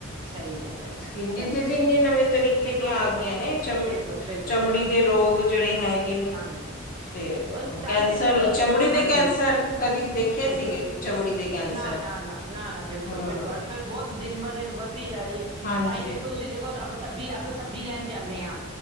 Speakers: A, on the right; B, on the left.
A: ਸਹੀ ਗੱਲ ਹੈ
B: ਸਕਿਨ ਡਿਜ਼ੀਜ਼ੀ
A: ਸਹੀ
B: ਇੰਨਨੀ ਨਵੇਂ ਤਰੀਕੇ
A: ਬਿਲਕੁਲ
B: ਦੀਆਂ
A: ਬਿਲਕੁਲ
B: ਆ ਗਈਆਂ ਨੇ ਚਮ
A: ਬਿਲਕੁਲ ਬਿਲਕੁਲ
B: ਚਮੜੀ ਦੇ ਰੋਗ ਜਿਹੜੇ ਹੈਗੇ ਨੇ
A: ਹਾਂਜੀ
B: ਤੇ
A: ਉਹ ਤਾਂ
B: ਕੈਂਸਰ
A: ਹੀ ਤਾਂ ਕਹਿੰਦੇ
B: ਚਮੜੀ ਦੇ
A: ਹਾਂਜੀ
B: ਕੈਂਸਰ ਸਰ, ਕਦੇ ਦੇਖੇ
A: ਬਿਲਕੁਲ
B: ਸੀਗੇ ਚਮੜੀ ਦੇ ਕੈਂਸਰ।
A: ਨਾ ਨਾ ਨਾ ਨਾ ਨਾ ਬਿਲਕੁਲ,
B: ਹੂੰ
A: ਬਿਲਕੁਲ ਅੱਜ- ਕੱਲ੍ਹ ਬਹੁਤ ਦਿਨ ਬ ਦਿਨ ਵਧ ਜਾ ਰਹੀ ਐ
B: ਹਾਂਜੀ।
A: ਤਾਂ ਈ ਦੇਖੋ ਤੁਸੀਂ ਦੇਖੋ ਸਬਜ਼ੀ ਆਪਾਂ ਸਬਜ਼ੀ ਲੈਣ ਜਾਂਨੇ ਆ